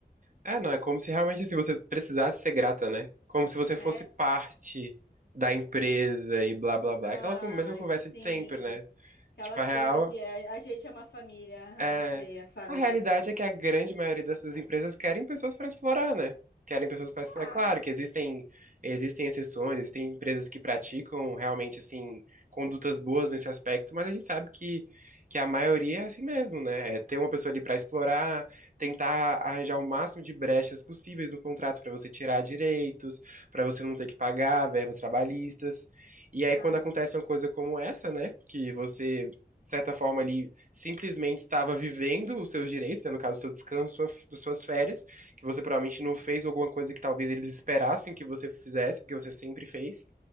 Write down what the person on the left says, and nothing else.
É.
Ai,
sim.
Aquela
coisa
de é, a gente é uma família,
ah, sei, a família
que a gente
é.
Claro.
Ai,